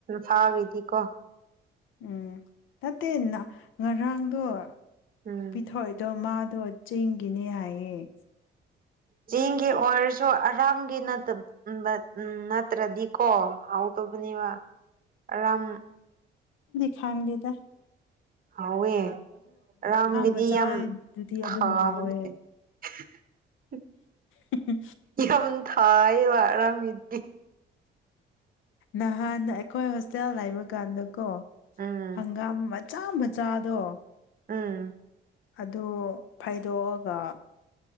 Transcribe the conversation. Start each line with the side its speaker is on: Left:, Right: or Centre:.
Right: ꯐꯥꯎꯒꯗꯤ ꯀꯣ
Left: ꯎꯝ ꯅꯠꯇꯦ ꯉꯔꯥꯡꯗꯣ
Right: ꯎꯝ
Left: ꯄꯤꯊꯣꯛꯏꯗꯣ ꯃꯥꯗ ꯑꯗꯣ ꯆꯦꯡꯒꯤꯅꯦ ꯍꯥꯏꯌꯦꯦ
Right: ꯆꯦꯡꯒꯤ ꯑꯣꯏꯔꯁꯨ ꯑꯔꯥꯝꯒꯤ ꯅꯠꯇ ꯎꯝ ꯅꯠꯇ꯭ꯔꯗꯤꯀꯣ ꯍꯥꯎ ꯇꯕꯨꯅꯤ ꯋꯥ ꯑꯝ
Left: ꯈꯥꯡꯒ ꯏꯗꯔ
Right: ꯍꯥꯎꯋꯦ ꯔꯥꯝꯒꯤꯗꯤ
Left: ꯃꯆꯥꯗꯨꯗꯤ
Right: ꯌꯥꯝ ꯊꯥꯕꯅꯦ
Left: ꯑꯗꯨꯝ ꯍꯥꯎꯋꯦ
Right: <unintelligible>
Left: ꯎ
Right: ꯌꯥꯝ ꯊꯥꯏꯕ ꯑꯔꯝ ꯏꯗꯤ
Left: ꯅꯍꯥꯟ ꯑꯩꯈꯣꯏ ꯍꯣꯁꯇꯦꯜ ꯂꯩꯕ ꯀꯥꯟꯗꯀꯣ
Right: ꯎꯝ
Left: ꯍꯪꯒꯥꯝ ꯆꯥ ꯃꯆꯥꯗꯣ
Right: ꯎꯝ
Left: ꯑ ꯐꯥꯏꯗꯣꯛꯑꯒ